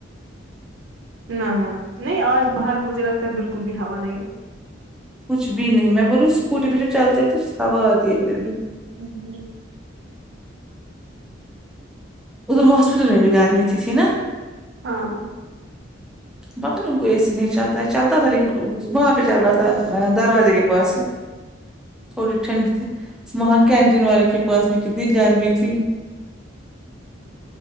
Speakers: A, on the right; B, in the centre.
A: نہ نہ نہیں آج باہر مجھے لگتا ہے بالکل بھی ہوا نہیں ہے
B: کچھ بھی نہیں میں بولوں اسکوٹی پہ جب چلتے ہیں تو ہا آتی ہے پھر بھی
A: ہمم
B: ادھر ہاسپٹل میں بھی گھر میں تھی تھی نا
A: ہاں
B: پتا نہیں ان کو اے سی نہیں چلتا ہے چلتا تھا لیکن وہاں پہ چل رہا تھا دروازے کے پاس ہی تھوڑی ٹھنڈ تھی وہاں کینٹین والے کے پاس بھی کتنی گرمی تھی